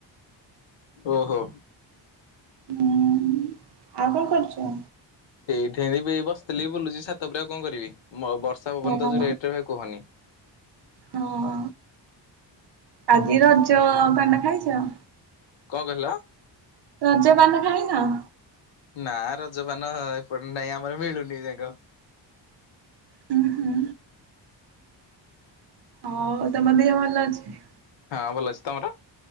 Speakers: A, on the left; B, on the right.
A: ଓହୋ।
B: ହୁଁ ଆଉ କଣ କରୁଛ?
A: ସେଇଠି ବି ବସିଥିଲି ବି ବୁଲୁଛି ସାତ ଉପ ଆଉ କଣ କରିବି ବର୍ଷା ପବନ
B: ହଁ
A: ତ ଯୋଉ ରେଟ ରେ ଭ କୁହନି।
B: ହଁ ଆଜି ରଜ ଭଣ୍ଡା ଖାଇଛ?
A: କଣ କହିଲ?
B: ରଜପାନ ଖାଇନ?
A: ନା ରଜପାନ ଏପଟେ ନାଇଁ ଆମର ମିଳୁନି ଯାକ
B: ହୁଁ ହୁଁ ହଉ ତମ ଦେହ ଭଲ ଅଛି?
A: ହଁ ଭଲ ଅଛି, ତମର?